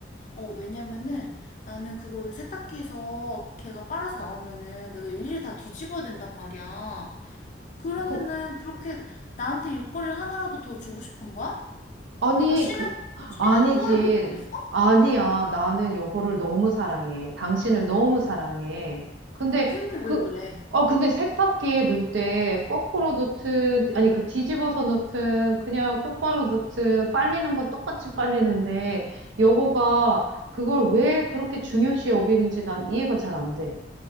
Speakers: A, on the left; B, on the right.
A: 어, 왜냐면은 나는 그거를 세탁기에서 걔가 빨아서 나오면은 내가 일일이 다 뒤집어야 된단 말이야. 그러면은
B: 그,
A: 그렇게 나한테 일거리를 하나라도 더 주고 싶은 거야?
B: 아니,
A: 내가 쉬는,
B: 그,
A: 쉬는
B: 아니지.
A: 꼴을 못 보겠어?
B: 아니야. 나는 여보를 너무 사랑해. 당신을 너무 사랑해. 근데
A: 근데 왜
B: 그,
A: 그래?
B: 아, 근데 세탁기에 넣을 때 거꾸로 넣든, 아니, 그 뒤집어서 넣든, 그냥 똑바로 넣든, 빨리는 건 똑같이 빨리는데, 여보가 그걸 왜 그렇게 중요시 여기는지 난 이해가 잘 안 돼.